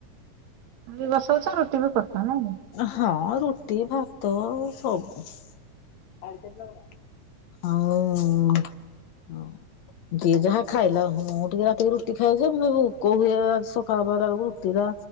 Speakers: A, on the right; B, on the left.
A: ବି ବସାଉଛ ରୁଟି ବି କରୁଛ ନାଇଁକି।
B: ହଁ ରୁଟି, ଭାତ ସବୁ କୁ <unintelligible> ଆଉ ହ। ଯିଏ ଯାହା ଖାଇଲା, ମୁଁ ଟିକେ ରାତିରେ ରୁଟି ଖାଇଯେ, ମୁଁ ଭୁକ ହୁଏ ସକାଳ ପହିଲା ବେଳକୁ ରୁଟି ଟା